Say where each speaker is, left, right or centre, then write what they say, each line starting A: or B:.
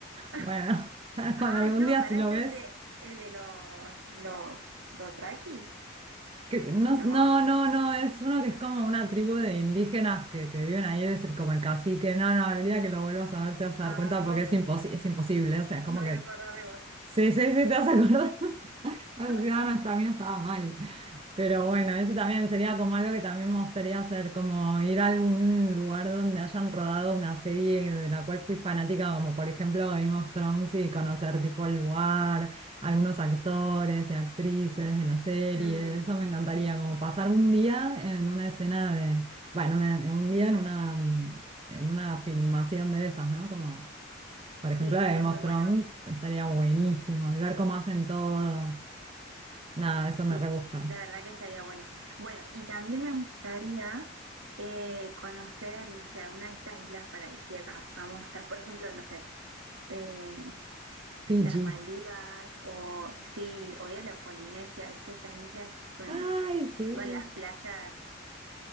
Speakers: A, on the right; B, on the right.
A: <laughs>
B: Bueno, <laughs> ya cuando
A: Ah,
B: algún
A: no,
B: día
A: pará,
B: si lo ves.
A: ya sé, el de los, los Dothraki.
B: que- no,
A: No.
B: no, no, no, es uno que es como una tribu de indígenas que, que viven ahí, es el, como el cacique. No, no, el día que lo vuelvas a ver te vas
A: Ah,
B: a dar cuenta
A: bueno,
B: porque es imposi- es imposible. O sea,
A: y
B: como
A: me voy
B: que
A: a acordar de vos.
B: sí, sí, sí, te vas a acordar.
A: <laughs>
B: Ciudadanos también estaba mal. Pero bueno, ese también sería como algo que también me gustaría hacer, como ir a algún lugar donde hayan rodado una serie de la cual fui fanática, como por ejemplo Game of Thrones, y conocer tipo el lugar, algunos actores y actrices de la serie.
A: Mm,
B: Eso me encantaría, como pasar un día en una escena de, bueno, una- en un día en una, mm, en una filmación de esas, ¿no? Como por ejemplo
A: sí, estaría
B: de Game
A: muy
B: of
A: bueno.
B: Thrones, estaría buenísimo y ver cómo hacen todo. Nada, eso me
A: Sí,
B: re gusta.
A: la verdad que estaría bueno. Bueno, y también me gustaría eh, conocer, no sé, alguna de estas islas paradisíacas famosas, por ejemplo, no sé, eh,
B: Fiji.
A: las Maldivas o sí, o ir a la Polinesia, ¿viste? Esas islas con,
B: Ay, sí.
A: con las playas